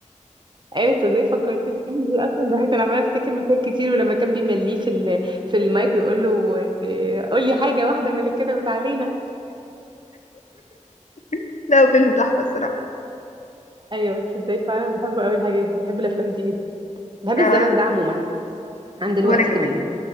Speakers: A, on the right; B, on the left.
A: ايوه تصدقي فكرتيني بيه اصلا ده انا عماله افتكر مشاهد كتير ولما كان بيمليه في ال... في المايك ويقول له إيه، قول لي حاجه واحده من اللي كتبت علينا
B: <laughs> لا هو فيلم تحفه الصراحه
A: ايوه تصدقي فعلا بحب قوي الحاجات دي بحب الافلام دي جدا بحب
B: آه،
A: الزمن ده عموما عن دلوقتي
B: وانا كمان
A: كمان